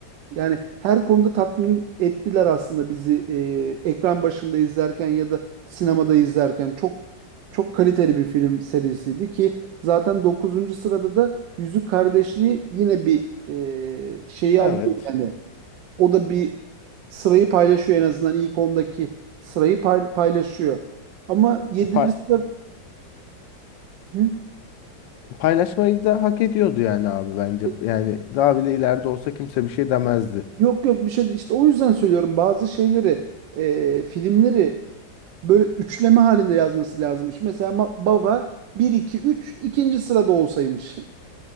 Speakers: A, on the right; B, on the left.
A: Yani her konuda tatmin ettiler aslında bizi e, ekran başında izlerken ya da sinemada izlerken. Çok çok kaliteli bir film serisiydi ki zaten dokuzuncu sırada da Yüzük Kardeşliği yine bir e, şeyi
B: Evet.
A: alıyor yani. O da bir sırayı paylaşıyor en azından ilk 10'daki sırayı pay- paylaşıyor. Ama yedinci
B: Pa-
A: sırada Hı?
B: Paylaşmayı da hak ediyordu yani abi bence.
A: E,
B: Yani daha bile ileride olsa kimse bir şey demezdi. <laughs>
A: Yok yok bir şey de- işte o yüzden söylüyorum bazı şeyleri e, filmleri böyle üçleme halinde yazması lazımmış. Mesela ma- baba bir 2 3 ikinci sırada olsaymış. <laughs>